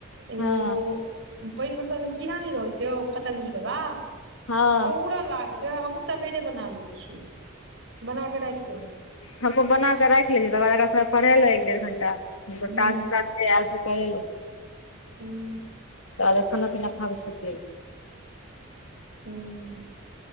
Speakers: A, on the right (about 60°); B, on the left (about 80°).
A: एगो
B: हँ
A: पनि बरसात मे कीड़ा नय रहै छै, ओ फतंगी बला
B: हँ
A: उड़ लागत तै दुआरे हमहुँ सबेरे बना लै छियै बना के राखि लै छियै
B: हमहु बनाके राख लेलियै तकर बाद एकरा सबके पढ़ेलो एक-डेढ़ घंटा ओकर
A: हूँ
B: टास्क-तास्क जे ऐल से करेलहु
A: हूँ
B: ताबे खाना-पीना खाके सुतेलौ
A: हूं